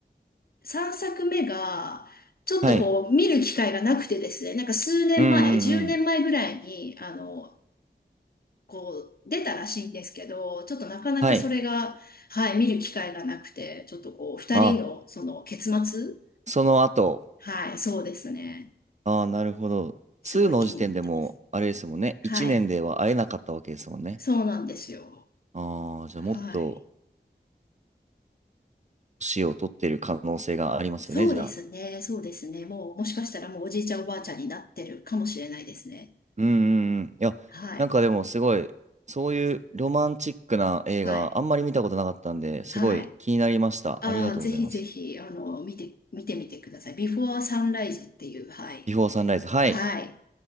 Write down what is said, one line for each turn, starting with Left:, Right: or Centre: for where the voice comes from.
Left: 3作目が、ちょっとこう、
Right: はい。
Left: 見る機会がなくてですね、なんか数年前、
Right: うんうんうん。
Left: 10年前ぐらいに、あの、こう、出たらしいんですけど、ちょっとなかなかそれが、
Right: はい。
Left: はい、見る機会がなくて、ちょっとこう、二人の、
Right: あ、
Left: その、結末
Right: その後。
Left: はい、そうですね。
Right: ああ、なるほど。
Left: すごい気になってます。
Right: 2の時点でも、あれですもんね、
Left: はい、
Right: 1年では会えなかったわけですもんね。
Left: そうなんですよ。
Right: ああ、じゃあもっと、
Left: はい。
Right: 年を取ってる可能性がありますよね、
Left: そうですね、
Right: じゃあ。
Left: そうですね。もう、もしかしたらもうおじいちゃんおばあちゃんになってるかもしれないですね。
Right: うんうんうん。いや、
Left: はい、
Right: なんかでもすごい、そういうロマンチックな映画、
Left: はい、
Right: あんまり見たことなかったんで、すごい気になりました。
Left: はい。ああ、
Right: ありがとうございます。
Left: ぜひぜひ、あの、見て、見てみてください。ビフォーサンライズっていう、はい。
Right: ビフォーサンライズ。はい。
Left: はい。